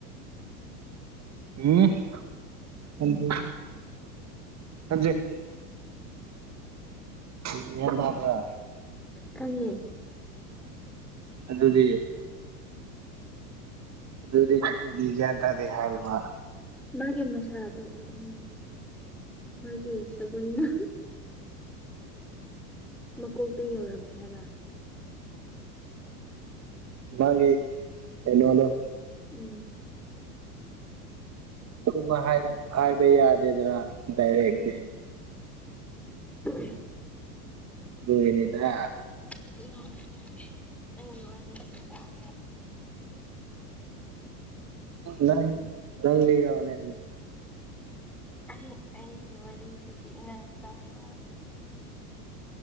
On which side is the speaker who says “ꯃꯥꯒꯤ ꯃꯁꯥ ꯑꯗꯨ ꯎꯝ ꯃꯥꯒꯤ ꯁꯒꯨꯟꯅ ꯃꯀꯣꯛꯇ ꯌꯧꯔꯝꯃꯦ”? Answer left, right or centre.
Centre